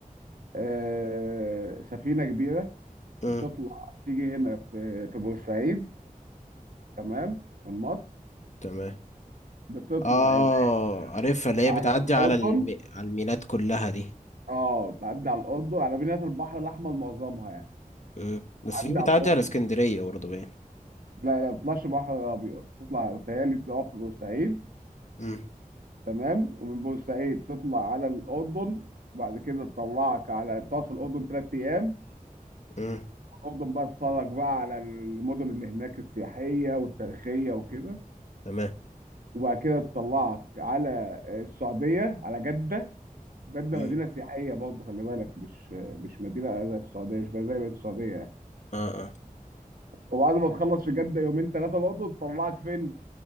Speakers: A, on the right; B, on the left.
A: آه سفينة كبيرة
B: م.
A: بتطلع تيجي هنا في في بورسعيد تمام من مصر
B: تمام
A: بتطلع
B: اه
A: يا باشا
B: عارفها اللي هي
A: على
B: بتعدي
A: الأردن
B: على الم... على الميناء كلها دي
A: اه تعدي على الأردن على مدينة البحر الأحمر معظمها يعني
B: م. بس
A: تعدي
B: في بتعدي
A: على الأردن
B: على اسكندرية برضه باين
A: لا لا ما بتطلعش بحر أبيض تطلع بتهيألي تقف في بورسعيد
B: م-
A: تمام ومن بورسعيد تطلع على الأردن وبعد كده تطلعك على تقعد في الأردن ثلاث أيام
B: م.
A: الاردن بقى اتفرج بقى على المدن اللي هناك السياحيه والتاريخيه وكده
B: تمام
A: وبعد كده تطلعك على السعوديه على جده جده
B: م.
A: مدينه سياحيه برضه خلي بالك مش مش مدينه زي السعوديه مش زي بقيه السعوديه يعني
B: اه اه
A: وبعد ما تخلص في جده يومين ثلاثه برضه تطلعك فين؟